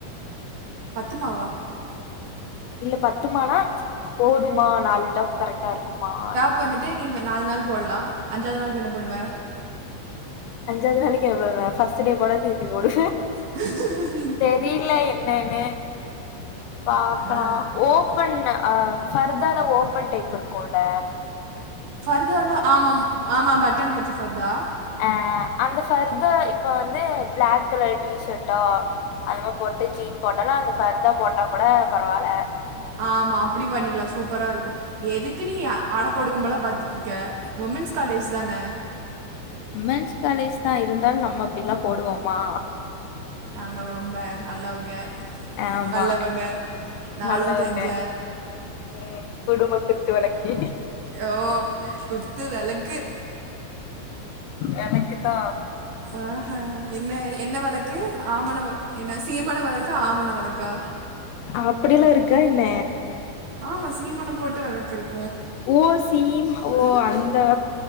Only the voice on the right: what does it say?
பத்து மாவா
இப்ப வந்துட்டு நீங்க நாள் நாள் போட்லாம் அஞ்சாது நாள்க்கு என்ன பன்னுவ
பிளாக்
ஆ
ஃபர்தால ஆமாம் ஆமா பட்டன் வச்ச ஃபர்தா
ஆமா அப்படி பண்ணிக்கலா சூப்பரா இருக்கும் எதுக்கு நீ அடக்க ஒடுக்கம்லா பாத்துட்டுருக்க உமென்ஸ் காலேஜ் தான
நாங்க ரொம்ப நல்லவங்க
வல்லவங்க நாளும்
தெரிஞ்ச
ஓ குத்து வெளக்கு
ஆ ஹா என்ன என்ன வெளக்கு ஆமண என்ன சீமண வெளக்கா ஆமண வெளக்கா
ஆமா சீமனம் போட்டு வெளக்குருக்